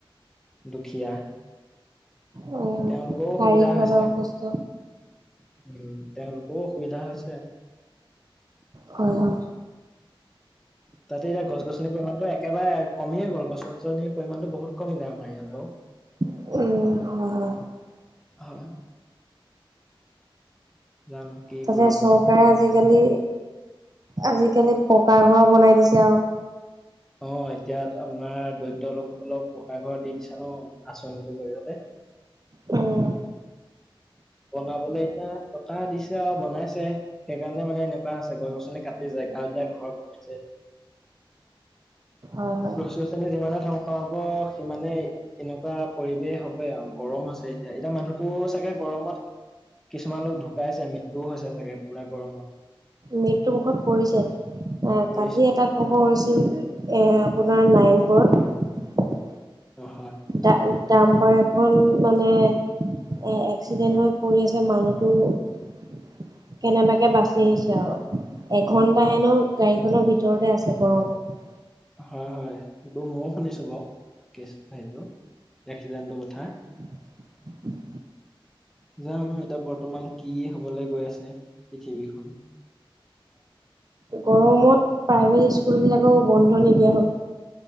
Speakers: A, in the centre; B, on the right.
A: দুখীয়া
B: উম,
A: তেওঁলোকৰো অসুবিধা
B: শাৰীৰিকভাৱে
A: হৈছে,
B: অসুস্থ
A: উম তেওঁলোকৰো অসুবিধা হৈছে।
B: হয়-হয়।
A: তাতে এতিয়া গছ গছনিৰ পৰিমাণটো একেবাৰে কমিয়ে গ'ল গছ গছনিৰ পৰিমাণটো বহুত কমিলে আমাৰ ইয়াত বাৰু
B: উম, হয়-হয়
A: হয়। জানো কি
B: তাতে
A: কৰিব
B: চৰকাৰে
A: আৰু
B: আজিকালি আজিকালি পকা ঘৰ বনাই দিছে আৰু
A: অ' এতিয়া আপোনাৰ দৰিদ্ৰ লোকসকলক পকা ঘৰ দি দিছে ন' আঁচনিটোৰ জৰিয়তে
B: উম।
A: বনাবলে এতিয়া টকা দিছে আৰু বনাইছে সেইকাৰণে মানে এনেকুৱা আছে গছ-গছনি কাটি যায় টাউনীয়া ঘৰ বনাইছে
B: অ' হয়।
A: গছ গছনি যিমানে ধ্বংস হ'ব সিমানেই এনেকুৱা পৰিৱেশ হ'ব আৰু গৰম আছে এতিয়া এতিয়া মানুহতো চাগে গৰমত কিছুমান লোক ঢুকাইছে, মৃত্যুও হৈছে চাগে পুৰা গৰমত।
B: মৃত্যুমুুখত পৰিছে, অ'
A: পৰিছে
B: কালি এটা খবৰ হৈছিল এয়াৰপ'ৰ্ট নাৰায়ণপুৰত
A: অ' হয়।
B: ডা ডাম্পাৰ এখন মানে এহ এক্সিডেণ্ট হৈ পৰি আছে, মানুহটো কেনেবাকে বাচি আহিছে আৰু এঘণ্টা হেনো গাড়ীখনৰ ভিতৰতে আছে গৰমত
A: হয় হয় এইটো ময়ো শুনিছোঁ বাৰু কেছ হেৰিটো এক্সিডেণ্টটোৰ কথা
B: <inaudible>
A: <unintelligible> যানো এতিয়া বৰ্তমান কি হ'বলে গৈ আছে পৃথিৱীখন, <unintelligible>
B: গৰমত প্ৰাইভেট স্কুলবিলাকো বন্ধ নিদিয়া হ'ল।